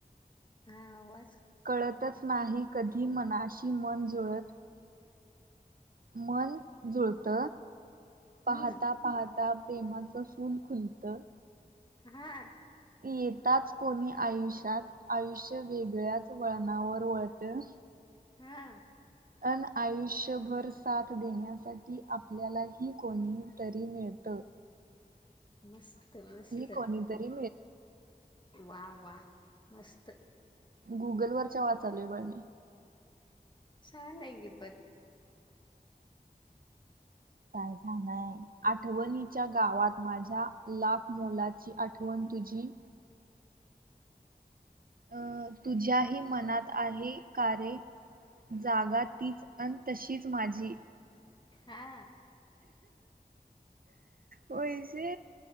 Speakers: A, on the left; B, on the right.
A: हा वाद.
B: कळतच नाही कधी मनाशी मन जुळत मन जुळत पाहता
A: हम्म
B: पाहता प्रेमाचं फुल खुलत,.
A: हा.
B: येताच कोणी आयुष्यात आयुष्य वेगळ्याच वळणावर वळतं.
A: हा.
B: अन आयुष्यभर साथ देण्यासाठी आपल्यालाही कोणी तरी मिळतं. हो.
A: मस्त मस्त
B: कोणीतरी
A: वा वा. मस्त
B: गुगल वरच्या वाचालूय ब मी.
A: छान आहे गी पण.
B: काय छाणय आठवणीच्या गावात माझ्या लाख मोलाची आठव. तुझी. अं तुझ्याही मनात आहे कार रे जागा तीच अन तशीच माझी
A: हा.
B: वैसे